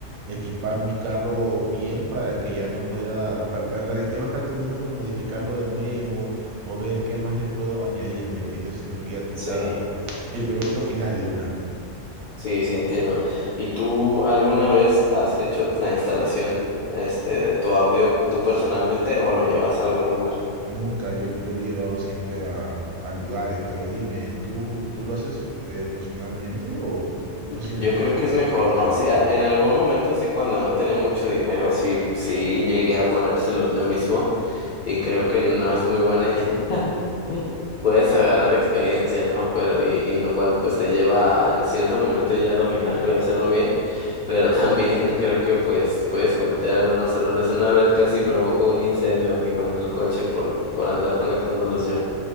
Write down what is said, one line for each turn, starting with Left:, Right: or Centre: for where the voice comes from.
Right: equipar mi carro bien para que ya no pueda, pa- para ya no estar teniendo que modificarlo de nuevo o ver qué más le puedo añadir, ¿me entiendes? Sino que ya tenga
Left: sí.
Right: el producto final de una.
Left: Sí, sí entiendo. ¿Y tú alguna vez has hecho la instalación este de tu audio tú personalmente o lo llevas a algún lugar?
Right: Nunca, yo, yo lo he llevado siempre a, a lugares, pero dime, ¿tú, tú lo haces eh, personalmente o tú siempre
Left: Yo creo que es mejor,
Right: le quitas
Left: ¿no?
Right: de
Left: Sí,
Right: ayuda?
Left: a- en algún momento sí cuando no tenía mucho dinero, sí sí llegué a ponérselos yo mismo y creo que no es muy buena <laughs> idea Puedes agarrar experiencia, ¿no? Pero, y, y lo cual pues te lleva a, en cierto momento ya dominarlo y hacerlo bien, pero también <laughs> creo que pues puedes cometer algunos errores. Una vez casi provocó un incendio, amigo, en el coche por, por andar conectándolos yo.